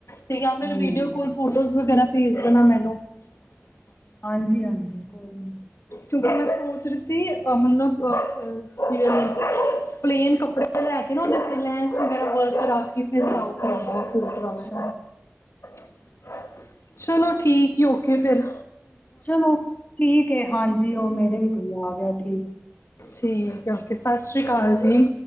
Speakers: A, on the left; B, on the left.
A: ਤੇ, ਜਾਂ ਫਿਰ
B: ਹੂੰ।
A: ਵੀਡੀਓ ਕੋਲ ਫੋਟੋਜ਼ ਵਗੈਰਾ ਫੀ ਇਸ ਨਾ ਮੈ ਲਓ <unintelligible>
B: ਹਾਂਜੀ, ਹਾਂਜੀ ਕੋਈ ਨੀ।
A: ਕਿਉਂਕਿ ਮੈਂ ਸੋਚ ਰਹੀ ਸੀ, ਮਤਲਬ ਕੀ, ਕਹਿੰਦੇ ਪਲੇਨ ਕੱਪੜੇ ਲੈ ਕੇ ਨਾ, ਉਹਦੇ 'ਤੇ ਲੈਂਸ ਵਗੈਰਾ ਵਰਕ ਕਰਾ ਕੇ, ਫਿਰ ਸਾਫ਼ ਕਰਾਉਂਦਾ।
B: ਅੱਛਾ।
A: ਜ਼ਤ <unintelligible> ਚਲੋ ਠੀਕ, ਓਕੇ ਫੇਿਰ।
B: ਚਲੋ ਠੀਕ, ਹਾਂਜੀ, ਉਹ ਮੇਰੇ ਵੀ ਕੋਈ ਆ ਗਿਆ, ਠੀਕ ਹੈ।
A: ਠੀਕ ਹੈ, ਓਕੇ, ਸਤਿ ਸ਼੍ਰੀ ਅਕਾਲ ਜੀ।